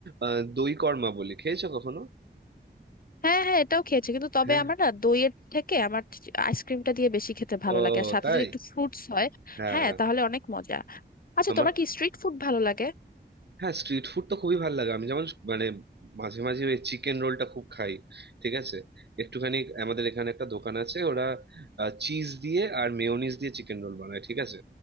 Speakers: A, on the right (about 65°); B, on the left (about 50°).
A: আহ, দই কর্মা বলি খেয়েছো কখনো
B: হ্যাঁ হ্যাঁ এটাও খেয়েছি কিন্তু তবে
A: হ্যাঁ
B: আমার না দইয়ের থেকে আমার আইসক্রিমটা দিয়ে বেশি খেতে ভালো
A: ও
B: লাগে আর সাথে
A: তাই
B: যদি একটু ফ্রুটস হয়
A: হ্যাঁ
B: হ্যাঁ তাহলে অনেক মজা আচ্ছা
A: আমার
B: তোমার কি স্ট্রিট ফুড ভালো লাগে
A: হ্যাঁ স্ট্রিট ফুড তো খুবই ভালো লাগে আমি যেমন মানে মাঝে মাঝে ওই চিকেন রোলটা খুব খাই ঠিক আছে একটুখানি আমাদের এখানে একটা দোকান আছে ওরা চিজ দিয়ে আর মেয়োনিজ দিয়ে চিকেন রোল বানায় ঠিক আছে